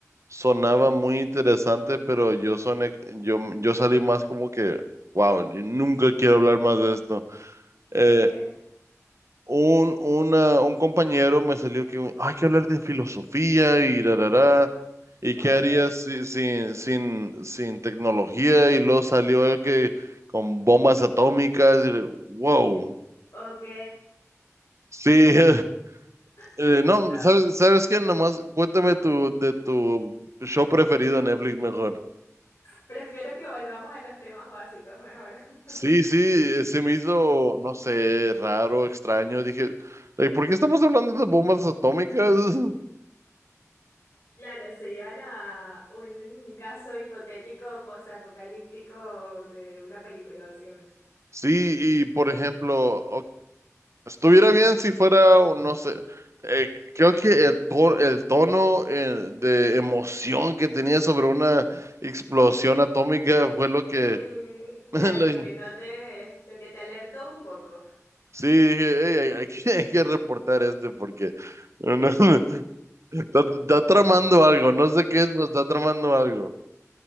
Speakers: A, on the right; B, on the left.
A: sonaba muy interesante, pero yo soné, yo, yo salí más como que, wow, yo nunca quiero hablar más de esto.
B: ¿De
A: Eh,
B: qué?
A: un, una, un compañero me salió que hay que hablar de filosofía y rarará. ¿Y
B: Ok.
A: qué harías si- sin, sin, sin tecnología? Y luego salió el que con bombas atómicas y le- wow.
B: Ok.
A: Sí, <laughs>
B: <laughs>
A: Eh,
B: Está.
A: no, ¿sabes, sabes qué? Nomás cuéntame tu, de tu show preferido en Netflix mejor.
B: Prefiero que volvamos a los temas básicos mejor.
A: Sí,
B: <laughs>
A: sí, eh, se me hizo, no sé, raro, extraño. Dije, like, ¿por qué estamos hablando de bombas atómicas? <laughs>
B: Claro, se iban a un caso hipotético posapocalíptico de una película, básicamente.
A: Sí, y por ejemplo, o- estuviera bien si fuera, o no sé, eh, creo que el, to- el tono eh, de emoción que tenía sobre una explosión atómica fue lo que
B: Mm, claro,
A: <laughs> like,
B: lo que noté, lo que te alertó un poco.
A: Sí, dije, "Ey, hay, hay que, <laughs> hay que reportar este porque no- no, <laughs> está, está tramando algo, no sé qué es, pero está tramando algo.